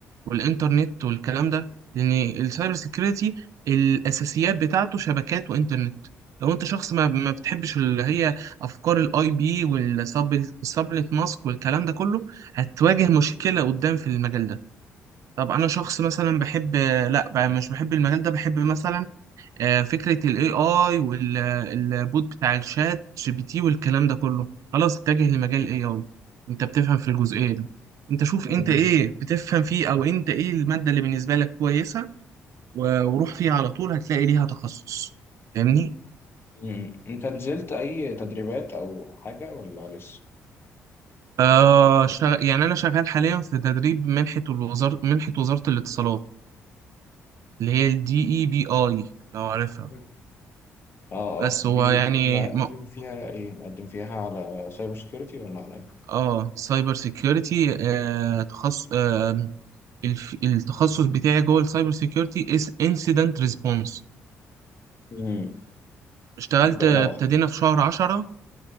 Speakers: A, on the right; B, on the left.
A: والانترنت والكلام ده لان السايبر سيكيورتي الاساسيات بتاعته شبكات وانترنت لو انت شخص ما, ما بتحبش اللي هي افكار الاي بي والسبلت ماسك والكلام ده كله هتواجه مشكلة قدام في المجال ده طب انا شخص مثلا بحب لا بقى مش بحب المجال ده بحب مثلا آه، فكرة ال AI والبوت بتاع الشات جي بي تي والكلام ده كله خلاص اتجه لمجال ال AI انت بتفهم في الجزئية دي انت شوف
B: مم.
A: انت ايه بتفهم فيه او انت ايه المادة اللي بالنسبة لك كويسة و- وروح فيها على طول هتلاقي ليها تخصص فاهمني؟
B: مم. انت نزلت اي تدريبات او حاجه ولا لسه
A: آه شغ... يعني انا شغال حاليا في تدريب منحة الوزارة منحة وزارة الاتصالات اللي هي الدي اي بي اي لو عارفها
B: مم. اه
A: بس
B: اه دي
A: هو يعني
B: مقدم
A: م-
B: فيها ايه مقدم فيها على سايبر سيكيورتي ولا على ايه
A: اه سايبر سيكيورتي آه تخصص آه الف... التخصص بتاعي جوه السايبر سيكيورتي اس انسيدنت ريسبونس
B: مم.
A: اشتغلت
B: ده
A: ابتدينا
B: لوحة
A: في شهر عشرة